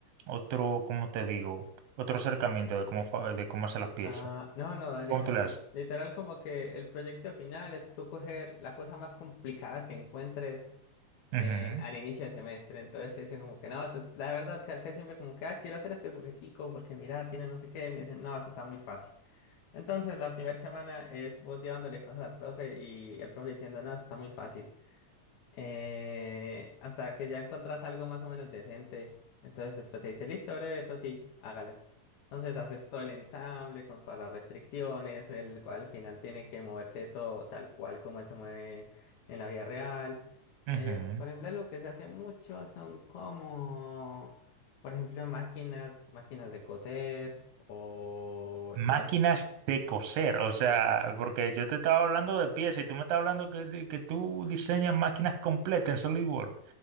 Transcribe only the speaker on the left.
Ah, no, no, dale,
no.
Literal como que el proyecto final es tú coger la cosa más complicada que encuentres
eh, al inicio de semestre. Entonces dicen como que no, eso- la verdad, o sea, acá siempre como que, ah, quiero hacer este juguetico porque mira, tiene no sé qué. Y me dicen, no, eso está muy fácil. Entonces la primera semana es vos llevándole cosas al profe y el profe diciendo, no, eso está muy fácil eh, hasta que ya encontrás algo más o menos decente. Entonces después te dice, listo, breve, eso sí, hágalo. Entonces haces todo el ensamble con todas las restricciones, el cual al final tiene que moverse todo tal cual como se mueve en la vida real. Eh,
por ejemplo, algo que se hace mucho son como, por ejemplo, máquinas, máquinas de coser o las...